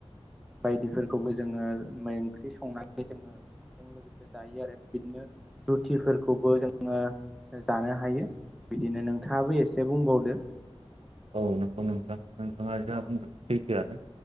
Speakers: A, in the centre; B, on the right.
A: बायदिफोरखौबो जोङो ओंख्रि संनानै जोङो ओंखामजों लोगोसे जायो। आरो बिदिनो रुथिफोरखौबो जोङो जानो हायो। बिदिनो नोंथाङाबो एसे बुंबावदो।
B: औ नंगौ नोंथां नोंथाङा जा
A: औ
B: बुंदों सैथोआनो